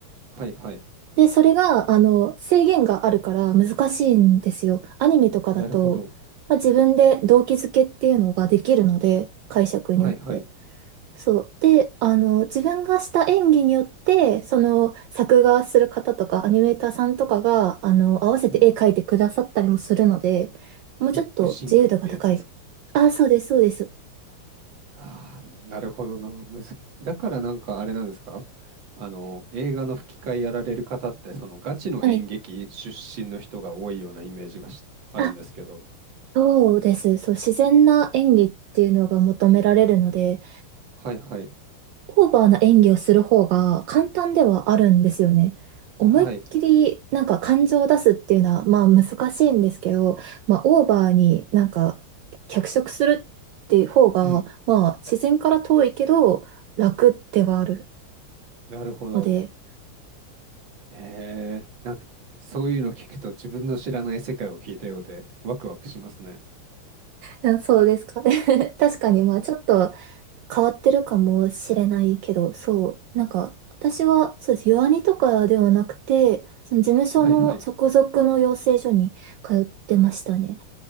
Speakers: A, on the right; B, on the right.
A: はいはい。
B: で、それが、あの、制限があるから難しいんですよ。アニメとかだと、
A: なるほど。
B: まあ、自分で動機づけっていうのができるので、解釈によって。
A: はいはい。
B: そう。で、あの、自分がした演技によって、その、作画する方とか、アニメーターさんとかが、あの、合わせて絵描いてくださったりもするので、
A: うん。
B: もうちょっと自由度が高い。
A: リップシンクってやつですかね
B: あ、そうです、そうです。
A: ああ、なるほどな。むず、だからなんかあれなんですかあの、映画の吹き替えやられる方って、そのガチの演劇出身の人が多いようなイメージがしあるんですけど。
B: はいあ、そうです。そう、自然な演技っていうのが求められるので、
A: はいはい。
B: オーバーな演技をする方が簡単ではあるんですよね。思いっきりなんか感情を出すっていうのはまあ難しいんですけど、
A: はい。
B: まあオーバーになんか脚色するっていう方がまあ自然から遠いけど楽ではある
A: うん。なるほど。
B: ので、
A: へえ。なんか、そういうの聞くと自分の知らない世界を聞いたようでワクワクしますね。
B: あそうですかね。<laughs> 確かにまあちょっと変わってるかもしれないけど、そう、なんか、私は、そうです、弱アニとかではなくて、その事務所の直属の養成所に通ってましたね。
A: はいはい。